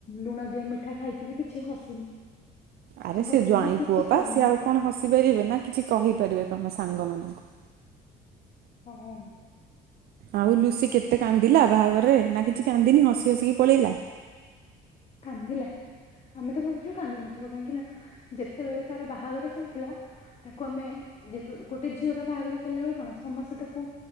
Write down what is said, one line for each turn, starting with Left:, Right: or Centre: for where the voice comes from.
Left: ଲୁଣ ଦିଆ ମିଠା ଖାଇକି ବି କିଛି ହସୁନି <inaudible>
Right: ଆରେ ସେ
Left: ହସୁନି
Right: ଜ୍ବାଇଁ
Left: କିଛି
Right: ପୁଅ ପା
Left: କହୁନି
Right: ସିଏ ଆଉ କଣ ହସି ପାରିବେ ନା କିଛି କହିପାରିବେ ତମ ସାଙ୍ଗ ମାନଙ୍କୁ।
Left: ହଁ ହଁ।
Right: ଆଉ ଲୁସି କେତେ କାନ୍ଦିଲା ବାହାଘରରେ ନା କିଛି କାନ୍ଦିନି ହସି ହସିକି ପଳେଇଲା।
Left: କାନ୍ଦିଲା। ଆମେ ତ ଭାବୁଥିଲୁ କାନ୍ଦୁ ନଥିବ କାହିଁକି ନା ଯେତେବେଳେ ତାର ବାହାଘର ଚାଲିଥିଲା ତାକୁ ଆମେ ଯେତ ଗୋଟେ ଝିଅର ବାହାଘର ଚାଲିଲା ବେଳେ କଣ ସମସ୍ତେ ତାକୁ